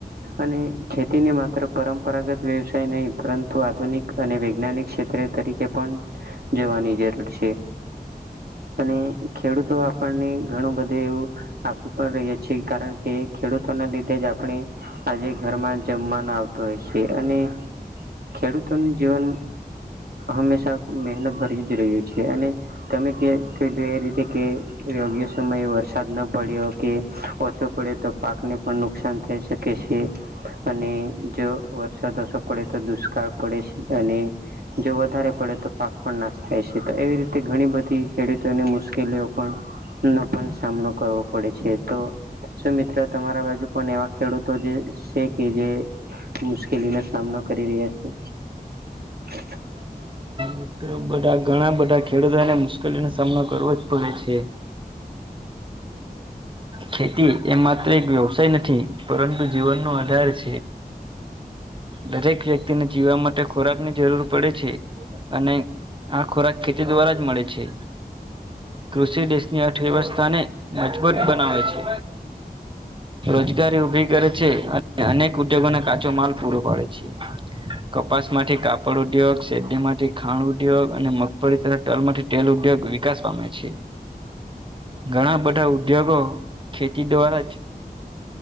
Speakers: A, on the right (about 75°); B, on the right (about 30°).
A: અને ખેતીને માત્ર પરંપરાગત વ્યવસાય નહી પરંતુ આધુનિક અને વૈજ્ઞાનિક ક્ષેત્રે તરીકે પણ જવાની જરૂર છે. અને ખેડૂતો આપણને ઘણું બધું એવું આપી પણ રહ્યા છીએ કારણ કે ખેડૂતોના લીધે જ આપણે આજે ઘરમાં જમવાનો આવતો હોય છે, અને ખેડૂતોનું જીવન હંમેશા મહેનત ભરી જ રહ્યું છે, અને તમે એ રીતે યોગ્ય સમયે વરસાદ ન પડ્યો કે ઓછો પડ્યો તો પાક ને પણ નુકસાન થઈ શકે છે, અને જો વરસાદ ઓ પડે તો દુષ્કાળ પડે છે, અને જો વધારે પડે, પાક પણ ના થાય છે, એવી રીતે ઘણી બધી ખેડૂતોની મુશ્કેલીઓ પણ નો પણ સામનો કરવો પડે છે, તોમિત્ર અ તમારા બાજુ પણ એવા ખેડૂતો જે છે, કે જે મુશ્કેલીનો સામનો કરી રહ્યા છે. <unintelligible> <inaudible>
B: મિત્ર બધા ઘણા બધા ખેડૂતોને મુશ્કેલીનો સામનો કરવો જ પડે છે. ખેતી એ માત્ર એક વ્યવસાય નથી પરંતુ જીવનનો આધાર છે. દરેક વ્યક્તિને જીવવા માટે ખોરાક ની જરૂર પડે છે, અને આ ખોરાક ખેતી દ્વારા જ મળે છે.
A: હું.
B: કૃષિ દેશની અર્થવ્યવસ્થાને મજબૂત બનાવે છે. રોજગારી ઉભી કરે છે, અને અનેક ઉદ્યોગોને કાચો માલ પૂરો પાડે છે. કપાસ માંથી કાપડ ઉદ્યોગ શેરડીમાંથી, ખાણ ઉદ્યોગ અને મગફળી તથા તલમાંથી તેલ ઉદ્યોગ વિકાસ પામે છે.
A: હ <inaudible>
B: ઘણા બધા ઉદ્યોગો ખેતી દ્વારા જ